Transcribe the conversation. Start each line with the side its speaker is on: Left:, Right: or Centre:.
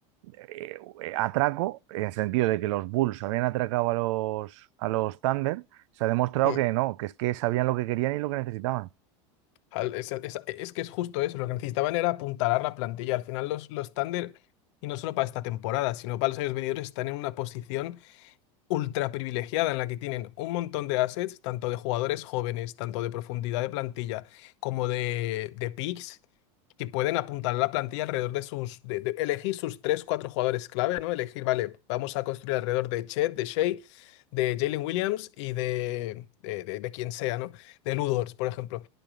Right: eh, eh, atraco, en el sentido de que los Bulls habían atracado a los, a los Thunder, se ha demostrado
Left: mm.
Right: que no, que es que sabían lo que querían y lo que necesitaban.
Left: Al- Es, es- es que es justo eso, lo que necesitaban era apuntalar la plantilla. Al final los, los Thunder, y no solo para esta temporada, sino para los años venideros, están en una posición ultra privilegiada en la que tienen un montón de assets, tanto de jugadores jóvenes, tanto de profundidad de plantilla, como de, de picks, que pueden apuntar la plantilla alrededor de sus, de, de elegir sus tres, cuatro jugadores clave, ¿no? Elegir, vale, vamos a construir alrededor de Chet, de Shea, de Jalen Williams y de, de, de- de quien sea, ¿no? De Ludors, por ejemplo.